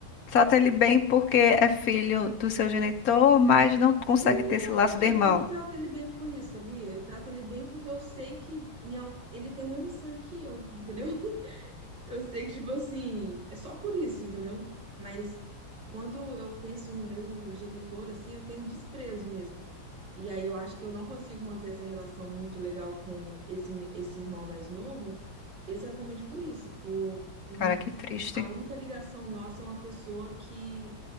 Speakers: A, on the left (about 50°); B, on the right (about 55°).
A: trata ele bem porque é filho do seu genitor, mas não consegue
B: não,
A: ter esse laço
B: eu,
A: de irmão.
B: eu não trato ele bem por isso, sabia? Eu trato ele bem porque eu sei que em, al- ele tem o mesmo sangue que eu, entendeu? Eu sei que, tipo assim, é só por isso, entendeu? Mas quando eu penso no meu genitor, assim, eu tenho um desprezo mesmo. E aí eu acho que eu não consigo manter essa relação muito legal com esse, esse irmão mais novo, exatamente por isso, por, por
A: Cara, que triste.
B: a única ligação nossa é uma pessoa que